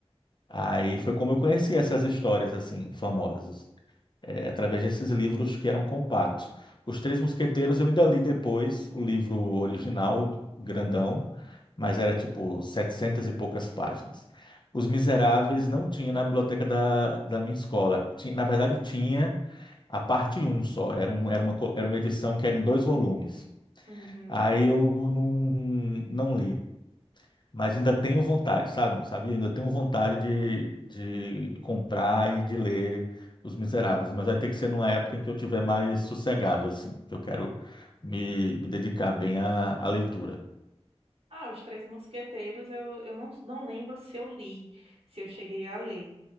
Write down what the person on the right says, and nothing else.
Uhum.
Ah, Os Três Mosqueteiros, eu, eu não, não lembro se eu li, se eu cheguei a ler.